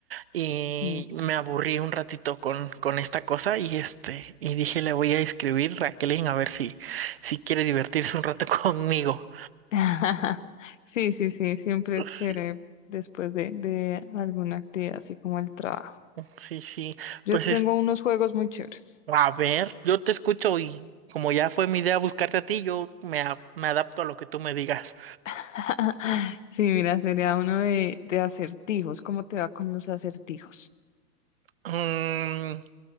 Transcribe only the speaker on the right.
y
me aburrí un ratito con, con esta cosa y este, y dije le voy a escribir a Kelly a ver si, si quiere divertirse un rato <laughs> conmigo.
Sí,
sí, sí.
Pues
es,
a ver, yo te escucho y como ya fue mi idea buscarte a ti, yo me, a- me adapto a lo que tú me digas.
Mm,